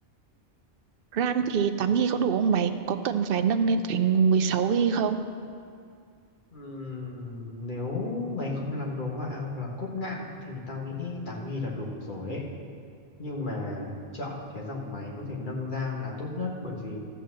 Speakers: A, on the right; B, on the left.
A: RAM thì 8GB có đủ không mày? Có cần phải nâng lên thành 16GB không?
B: Ừm, nếu mày không làm đồ họa hoặc là cốt nặng thì tao nghĩ tám gb là đủ rồi ấy. Nhưng mà chọn cái dòng máy có thể nâng RAM là tốt nhất bởi vì